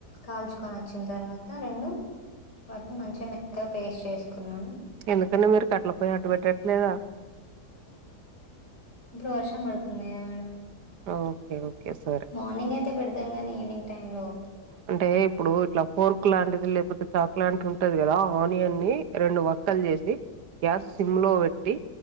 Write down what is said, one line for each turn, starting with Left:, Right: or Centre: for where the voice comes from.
Left: కాల్చుకొని వచ్చిన తర్వాత రెండు వాటిని మంచిగా మెతగా పేస్ట్ చేసుకున్నాను
Right: ఎందుకండి మీరు కట్టెల పొయ్య అటు పెట్టట్లేదా
Left: ఇప్పుడు వర్షం పడుతుంది కద మేడం
Right: ఓకే ఓకే సరే
Left: మార్నింగ్ అయితే పెడతాం కానీ ఈవినింగ్ టైంలో
Right: అంటే ఇప్పుడు ఇట్లా ఫోర్క్ లాంటిది లేపోతే చాక్ లాంటి ఉంటది కదా ఆనియన్ని రెండు వక్కలు చేసి గ్యాస్ సిమ్లో పెట్టి